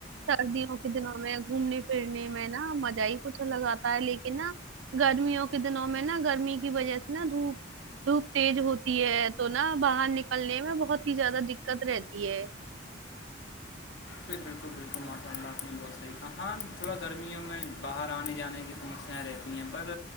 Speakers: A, on the right; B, on the left.
A: سردیوں کے دنوں میں گھومنے پھرنے میں نا مزہ ہی کچھ لگاتا ہے لیکن نا گرمیوں کے دنوں میں نا گرمی کی وجہ سے نا دھوپ دھوپ تیز ہوتی ہے تو نا باہر نکلنے میں بہت ہی زیادہ دقت رہتی ہے
B: بلکل بلکل ماشاء اللہ آپ نے بہت صحیح کہاں ہاں تھوڑا گرمیوں میں باہر آنے جانے کی سمسیاں رہتی ہیں بس